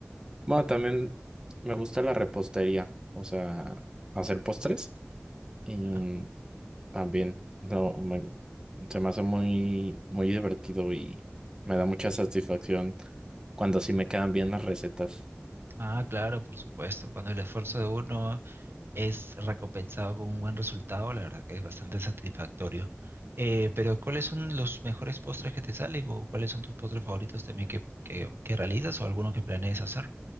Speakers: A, on the right (about 20°); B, on the right (about 60°).
A: Bueno, también me gusta la repostería, o sea, hacer postres y
B: ¿Ya?
A: también lo me- se me hace muy, muy divertido y me da mucha satisfacción cuando sí me quedan bien las recetas.
B: Ah, claro, por supuesto. Cuando el esfuerzo de uno es recompensado con un buen resultado, la verdad que es bastante satisfactorio. Eh, pero ¿cuáles son los mejores postres que te salen o cuáles son tus postres favoritos también que, que, que realizas o alguno que planees hacer?